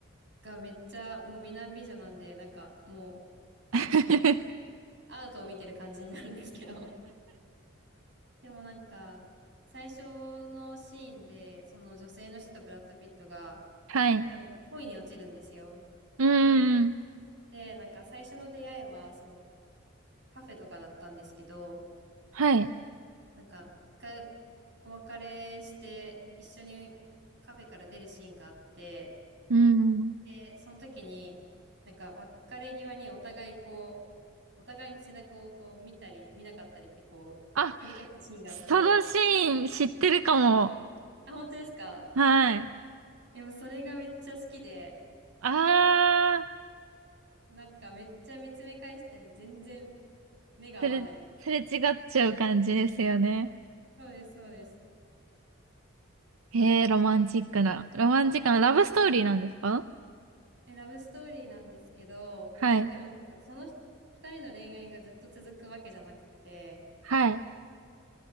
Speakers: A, on the right; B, on the right.
A: がめっちゃもう美男美女なんで、なんかもう、
B: <laughs>
A: その、アートを見てる感じになるんですけど、<laughs> でもなんか、最初のシーンで、その女性の人とブラッド・ピットが、
B: はい。う
A: 多分恋に落ちるんですよ。
B: ーん。
A: で、なんか最初の出会いは、その、カフェとかだったんですけど、
B: はい。
A: なんか、一回お別れして、一緒にカフェから出るシーンがあって、
B: うーん。
A: で、その時に、なんか、別れ際にお互いこう、お互いの背中をこう見たり、見なかったりってこう、
B: あ、
A: 繰り返すシーンがあって、
B: そのシーン知ってるかも。
A: あ、本当ですか
B: はい。
A: でもそれがめっちゃ好きで、
B: ああ、
A: なんかめっちゃ見つめ返してね、全然目が合わないみたい
B: すれ、すれ違っちゃう感じですよね。
A: な。そうです、そうです。
B: へえ、ロマンチックな。ロマンチックなラブストーリーなんですか
A: え、ラブストーリーなんですけど、
B: はい。
A: でもなんか、その二人の恋愛がずっと続くわけじゃなくて、
B: はい。